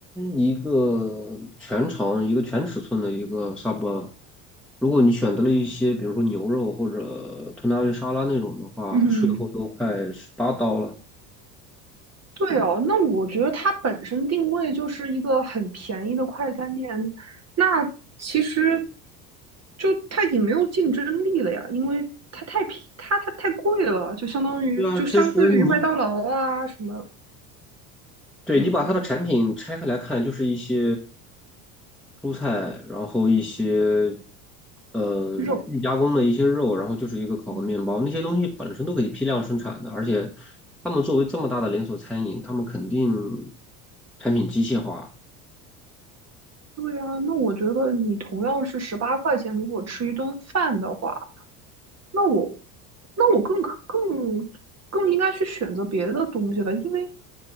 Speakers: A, in the centre; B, on the right.
A: 一个全长一个全尺寸的一个 sub，如果你选择了一些比如说牛肉或者吞拿鱼沙拉那种的话，
B: 嗯，
A: 税后都快十八刀了。
B: 对哦，那我觉得它本身定位就是一个很便宜的快餐店，那其实就它已经没有竞争力了呀，因为它太便，它它太贵了，就相当于就相对于麦当劳啊什么，
A: 对啊，其实你对，
B: 嗯，
A: 你把它的产品拆开来看，就是一些蔬菜，然后一些呃预加工的一些肉，
B: 肉，
A: 然后就是一个烤个面包，
B: 嗯
A: 那些东西本身都可以批量生产的，而且他们作为这么大的连锁餐饮，他们肯定产品机械化，
B: 对啊，那我觉得你同样是十八块钱，如果吃一顿饭的话，那我，那我更可更更应该去选择别的东西了，因为